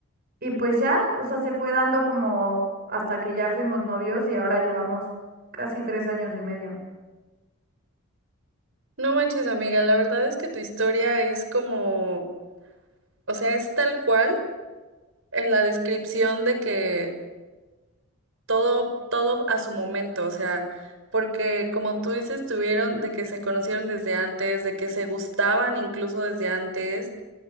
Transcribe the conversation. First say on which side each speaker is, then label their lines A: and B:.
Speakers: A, on the right; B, on the right.
A: Y pues ya, o sea, se fue dando como hasta que ya fuimos novios y ahora llevamos casi tres años y medio.
B: No manches, amiga, la verdad es que tu historia es como, o sea, es tal cual en la descripción de que todo, todo a su momento, o sea, porque como tú dices, tuvieron de que se conocieron desde antes, de que se gustaban incluso desde antes